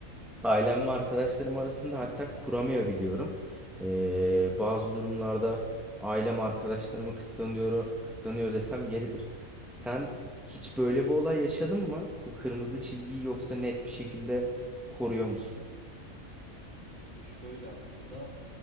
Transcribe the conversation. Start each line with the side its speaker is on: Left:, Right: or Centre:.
Centre: Ailem ve arkadaşlarım arasında hatta kuramıyor biliyorum. Ee, bazı durumlarda ailem arkadaşlarımı kıskanıyor, kıskanıyor desem yeridir. Sen hiç böyle bir olay yaşadın mı? Bu kırmızı çizgiyi yoksa net bir şekilde koruyor musun?
Right: Yani şöyle aslında